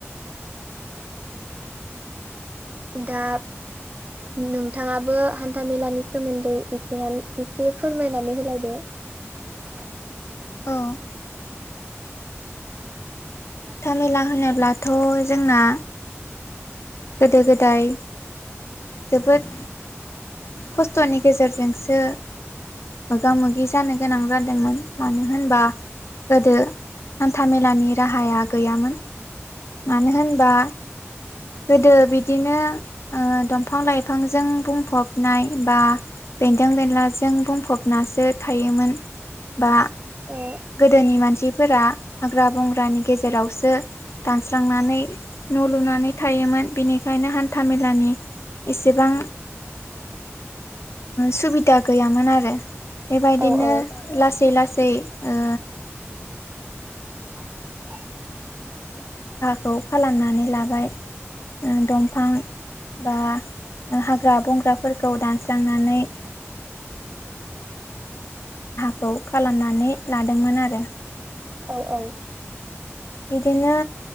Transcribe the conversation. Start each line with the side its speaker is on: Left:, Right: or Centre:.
Right: दा नोंथाङाबो हान्थामेलानि सोमोन्दै एसे -एसे फोरमायनानै होलायदो। <unintelligible>
Left: औ। हान्था -मेला होनोब्लाथ', जोंना गोदो- गोदाय जोबोद
Right: <inaudible>
Left: खस्थ'नि गेजेरजोंसो मोगा मोगि जानो गोनां जादोंमोन मानो होनबा गोदो हान्थामेलानि राहाया गैयामोन। मानो होनबा गोदो बिदिनो दं। फां लाइफांजों बुंफब नाय बा बेन्दों बेनलाजों बुंफबनासो थायोमोन। बा
Right: औ
Left: गोदोनि मानसिफोरा हाग्रा बंग्रानि गेजेरावसो दानस्रांनानै न' लुनानै थायोमोन बेनिखायनो हान्थामेलानि एसेबां
Right: <inaudible>
Left: सुबिदा गैयामोन आरो बेबायदिनो
Right: औ
Left: लासै लासै सै ओ
Right: <inaudible>
Left: खौ खालामनानै लाबाय ओ दंफां बा हाग्रा बंग्राफोरखौ दानस्रांनानै खौ खालामनानै लादोंमोन आरो।
Right: औ औ
Left: बिदिनो